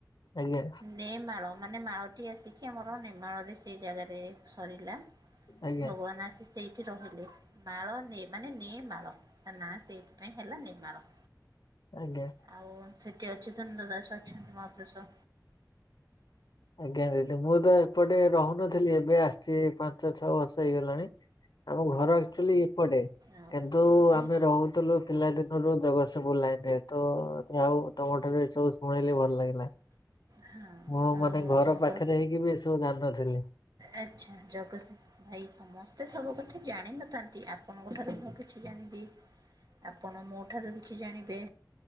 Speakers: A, on the left; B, on the right.
A: ଆଜ୍ଞା
B: ନେ ମାଳ ମାନେ ମାଳଟି ଆସି କି ଆମର ନିର୍ମାଳରେ ସେଇ ଜାଗାରେ ସରିଲା।
A: ଆଜ୍ଞା।
B: ଭଗବାନ ଆସି ସେଇଠି ରହିଲେ। ମାଳ ନେ ମାନେ ନେ ମାଳ ତା ନା ସେଇଥିପାଇଁ ହେଲା ନିର୍ମାଳ।
A: ଆଜ୍ଞା
B: ଆଉ ସେ ଅଛି ଧନ ଦାଦା ସମାପଷ
A: ଆଜ୍ଞା ଦିଦି ମୁଁ ଏବେ ଏପଟେ ରହୁନଥିଲି ଏବେ ଆସିଛି ପାଞ୍ଚ ଛଅ ବର୍ଷ ହେଇଗଲାଣି । ଆମ ଘର ଆକଚାଲି ଏପଟେ
B: ଆଉ
A: କିନ୍ତୁ
B: କଣ
A: ଆମେ ରହୁଥିଲୁ ପିଲାଦିନ ଜଗତସିଂପୁର ଲାଇନ ରେ ତ ଆଉ ତମ ଠାରୁ ଏ ସବୁ ଶୁଣିଲି ଭଲ ଲାଗିଲା ।
B: ହଁ।
A: ମୁଁ
B: ଆଉ
A: ମାନେ ଘର
B: ଆପଣଙ୍କର
A: ପାଖରେ ହେଇକି ବି ଏସବୁ ଜାଣିନଥିଲି
B: ଆଚ୍ଛା ଜଗସିଂଥ ଭାଇ ସମସ୍ତେ ସବୁ କଥା ଜାଣିନଥାନ୍ତି ଆପଣଙ୍କ ଠାରୁ ମୁଁ କିଛି ଜାଣିବି। ଆପଣ ମୋ ଠାରୁ କିଛି ଜାଣିବେ।